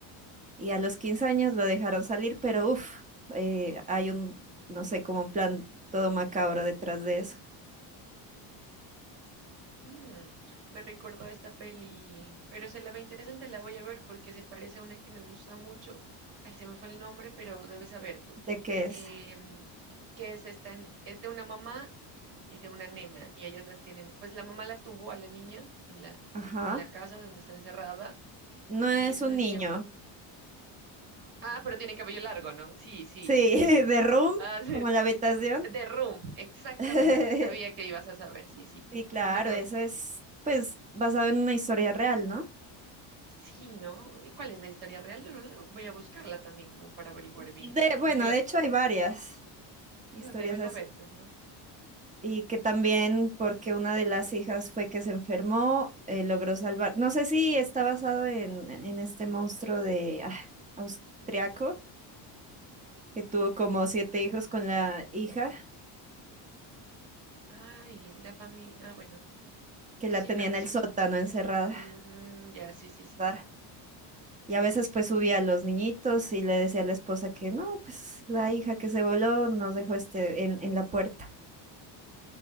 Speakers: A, on the right (about 15°); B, on the right (about 65°).
A: Y a los 15 años lo dejaron salir, pero uff, hay un, no sé, como un plan todo macabro detrás de eso,
B: Mm, me recordó a esta peli, pero se la ve interesante, la voy a ver porque se parece a una que me gusta mucho. Ay, se me fue el nombre, pero debes saber tú.
A: de qué es,
B: Em, que es esta? n- Es de una mamá y de una nena y ellas las tienen, pues la mamá la tuvo a la niña en la,
A: ajá,
B: en la casa donde está encerrada
A: no es
B: y es
A: un
B: una niña
A: niño,
B: Ah, pero tiene cabello largo, ¿no? Sí, sí,
A: sí,
B: es un
A: <laughs>
B: niño.
A: de room,
B: Ah, <laughs> sí.
A: como la habitación.
B: The Room, exactamente.
A: <laughs>
B: Sabía que ibas a saber, sí, sí,
A: Sí, claro,
B: exactamente.
A: eso es pues basado en una historia real, ¿no?
B: Sí, ¿no? ¿Y cuál es la historia real? No, la- voy a buscarla también como para averiguar bien,
A: De, bueno,
B: porque la
A: de hecho hay varias historias
B: mm, deben
A: así.
B: haber, pues, ¿no?
A: Y que también porque una de las hijas fue que se enfermó, eh, logró salvar. No sé si está basado en, en este monstruo de ah, austriaco que tuvo como siete hijos con la hija,
B: Ay, la familia. Ah, bueno,
A: que
B: sí,
A: la tenía
B: pero
A: en
B: sí.
A: el sótano encerrada.
B: mm, ya, sí, sí, sí,
A: ¿verdad?
B: sí.
A: Y a veces pues subía a los niñitos y le decía a la esposa que no, pues la hija que se voló nos dejó este en, en la puerta.